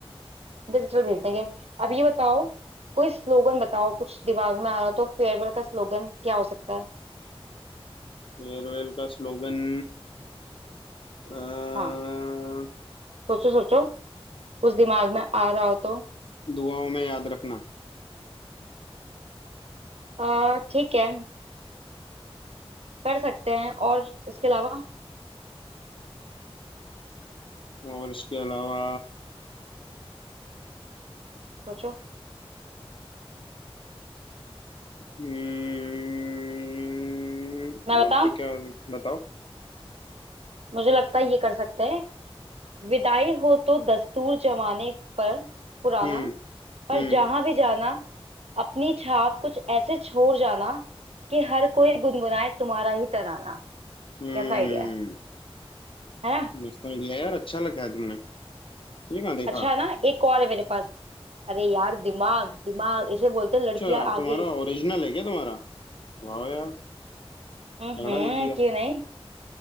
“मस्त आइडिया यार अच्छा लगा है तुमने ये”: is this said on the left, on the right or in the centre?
Left